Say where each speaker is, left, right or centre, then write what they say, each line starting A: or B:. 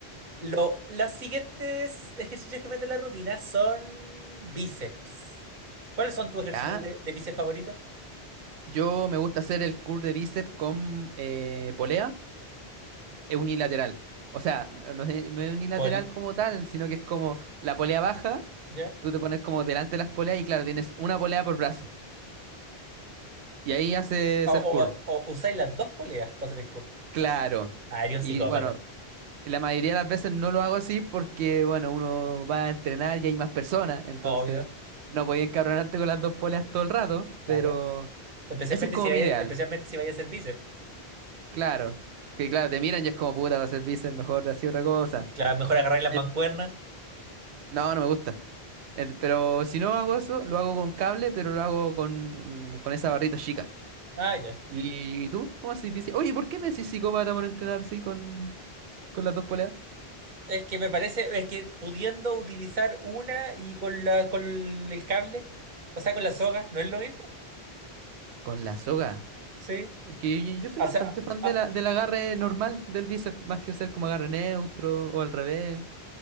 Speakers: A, on the right; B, on the right.
A: Lo, los siguientes ejercicios que mete la rutina son bíceps. ¿Cuáles son tus
B: <laughs> ¿Ya?
A: ejercicios de, de bíceps favoritos?
B: Yo me gusta hacer el curl de bíceps con eh, polea es unilateral. O sea, no no es, no es unilateral
A: Pol,
B: como tal, sino que es como la polea baja,
A: ¿ya?
B: tú te pones como delante de las poleas y claro, tienes una polea por brazo. Y ahí haces
A: O, o,
B: el curl.
A: o- o usáis las dos poleas para hacer el curl.
B: Claro.
A: Ah, eres un
B: Y
A: psicópata.
B: bueno, la mayoría de las veces no lo hago así porque, bueno, uno va a entrenar y hay más personas, entonces
A: Obvio,
B: no podía encabronarte con las dos poleas todo el rato,
A: claro.
B: pero
A: Especialmente
B: ese es como
A: si vaya,
B: mi ideal.
A: especialmente si vaya a hacer bíceps.
B: Claro, que claro, te miran y es como puta, va a ser bíceps, mejor de así otra cosa.
A: Claro, mejor agarrar las
B: Eh,
A: mancuernas.
B: no, no me gusta. Eh, pero si no hago eso, lo hago con cable, pero lo hago con, mm, con esa barrita chica.
A: Ah, ya.
B: ¿Y tú? ¿Cómo haces bíceps? Oye, ¿por qué me decís psicópata por entrenar así con, con las dos poleas?
A: Es que me parece, es que pudiendo utilizar una y con la, con el cable, o sea, con la soga, ¿no es lo mismo?
B: Con la soga.
A: Sí.
B: Es que yo, yo soy
A: O
B: bastante
A: sea,
B: fan
A: ah,
B: de la, del agarre normal del bíceps, más que hacer como agarre neutro o al revés.